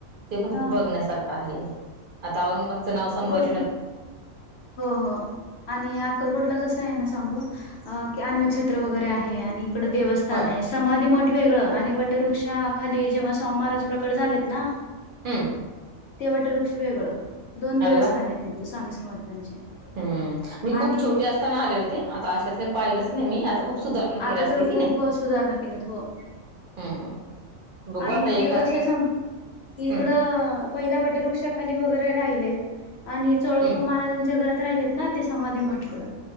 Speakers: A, on the right (about 45°); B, on the left (about 60°).
A: ते पण
B: हा
A: खूप बघण्यासारखं आहे आता औरंगाबादचं नाव संभाजी
B: चला हो हो आणि अक्कलकोटला कसं आहे ना सांगू की अन्नक्षेत्र वगैरे आहे आणि इकड देवस्थ स्थान
A: होय
B: आहे समाधी मट वेगळं आणि वटवृक्षाखाली जेव्हा स्वामीहाराज प्रकट झालेत ना,
A: हम्म
B: ते वटवृक्ष वेगळं. दोन देवस्थान
A: अरे वा
B: आहेत तथे स्वामी समर्थांचे
A: हम्म मी खूप
B: आणि
A: छोटे आले होते आता अशात काही पाहिलंच नाही मी आता खूप सुधारणा केल्या
B: आता
A: असतील
B: तर
A: की
B: खूप
A: नाही.
B: सुधारणा केल्यात हो
A: हम्म बघू
B: आणि
A: आता
B: तिथं
A: एखाद
B: कसं सांग
A: हम्म
B: इकडं पहिला वटवृक्षाखाली वगैरें राहिलेतं आणि चोळंप
A: हम्म
B: महाराजांच्या घरांत राहिलेत नां ते समांधी मठकडं